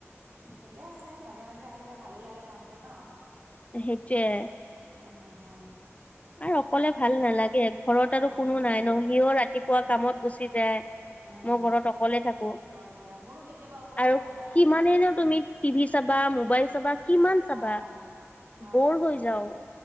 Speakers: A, on the right; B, on the left.
A: ঠিকে আছে। মাজে - মাজে আহিলে, ভালো লাগে মনটো ন'?
B: সেইটোৱে।
A: হা - হা - হা।
B: আৰু অকলে ভাল নালাগে। ঘৰত আৰু
A: ভাল
B: কোনো
A: নালাগে
B: নাই ন'। ‌ সিও ৰাতিপুৱা
A: উম
B: কামত গুচি যায়।
A: উম।
B: মই ঘৰত অকলে থাকোঁ।
A: হয় দিয়া মোৰো কেতিয়াবা অকলে
B: আৰু
A: ভাল নালাগিলে
B: কিমানেই ন' তুমি টিভি চাবা,
A: উম
B: মোবাইল চাবা, কিমান চাবা?
A: অ'। অ
B: বৰ
A: হয়
B: হৈ
A: দিয়া
B: যাওঁ।